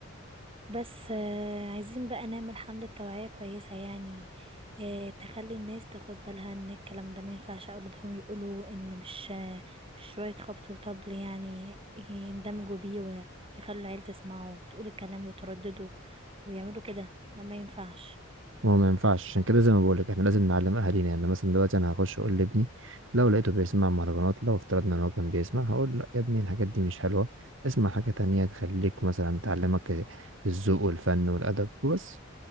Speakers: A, on the right; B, on the right.
A: بس آه، عايزين بقى نعمل حملة توعية كويسة يعني آه، تخلي الناس تاخد بالها ان الكلام ده ما ينفعش اولادهم يقولوا ان مش آه، مش شوية خبط وطبل يعني يندمجوا بيه و- ويخلوا العيل تسمعه وتقول الكلام وتردده ويعملوا كده ده ما ينفعش
B: ما هو ما ينفعش عشان كده زي ما بقولك احنا لازم نعلم اهالينا يعني مثلا دلوقتي انا هخش اقول لابني لو لقيته بيسمع مهرجانات لو افترضنا ان هو كان بيسمع هقول لا يا ابني الحاجات دي مش حلوه اسمع حاجه تانية تخليك مثلا تعلمك الذوق والفن والادب وبس